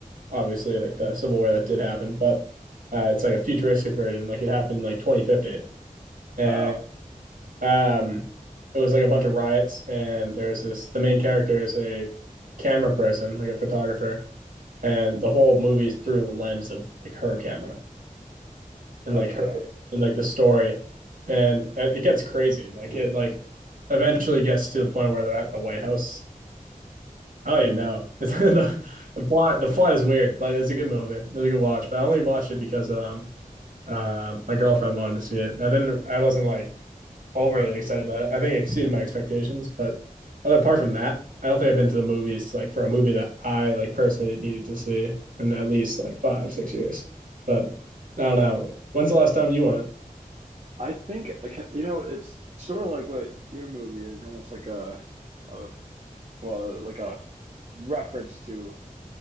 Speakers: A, on the right; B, on the right.
A: obviously like the civil war that did happen, but uh, it's like a futuristic version. Like it happened like 2050, and
B: Oh,
A: um, it was like a bunch of riots, and there's this the main character is a camera person, like a photographer, and the whole movie's through the lens of like her camera and
B: okay.
A: like her and like the story, and it it gets crazy. Like it like eventually gets to the point where they're at the White House I don't even know. <laughs> the, the plot the plot is weird, but it's a good movie. It was a good watch. But I only watched it because um uh my girlfriend wanted to see it. I didn't I wasn't like overly excited about it. I think it exceeded my expectations, but other apart from that, I don't think I've been to the movies like for a movie that I like personally needed to see in at least like five, six years. But I don't know. When's the last time you went?
B: I think okay, you know it's sort of like what your movie is, almost like a, a well, like a reference to